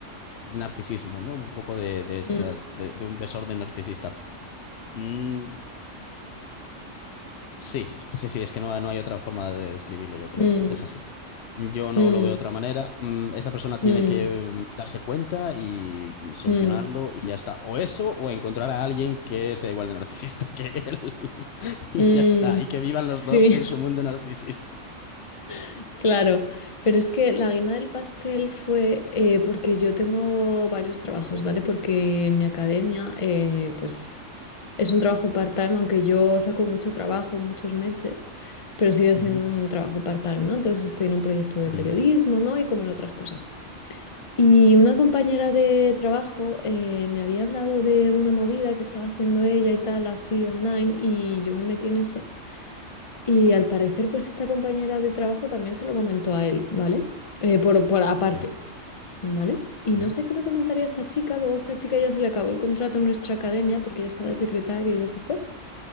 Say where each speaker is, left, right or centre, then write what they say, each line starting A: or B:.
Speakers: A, on the left; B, on the left.
A: narcisismo, ¿no? Un poco de, de esta,
B: mm,
A: de, de un desorden narcisista. Mm, Sí, sí, sí, es que no, no hay otra forma de describirlo, yo creo.
B: mm,
A: Es así. Yo no
B: mm.
A: lo veo de otra manera. Mm, Esa persona
B: Mm,
A: tiene que mm, darse cuenta y mm, solucionarlo
B: mm,
A: y ya está. O eso, o encontrar a alguien que sea igual de narcisista que él. <laughs> Y
B: mm,
A: ya está. Y que vivan
B: sí,
A: los dos en su mundo narcisista.
B: <laughs> claro. Pero es que la guinda del pastel fue eh, porque yo tengo varios trabajos, ¿vale? Porque en mi academia, eh, pues es un trabajo part-time, aunque yo saco mucho trabajo, muchos meses, pero sigue
A: Ujú,
B: siendo un trabajo part-time, ¿no? Entonces estoy en un proyecto de
A: ujú,
B: periodismo, ¿no? Y como en otras cosas. Y una compañera de trabajo eh, me había hablado de una movida que estaba haciendo ella y tal, así online, y yo me metí en eso. Y al parecer, pues esta compañera de trabajo también se lo comentó a él, ¿vale? Eh, por, por aparte,
A: ok.
B: ¿vale? Y
A: ujú,
B: no sé qué le comentaría a esta chica, luego a esta chica ya se le acabó el contrato en nuestra academia porque ella estaba de secretaria y ya se fue.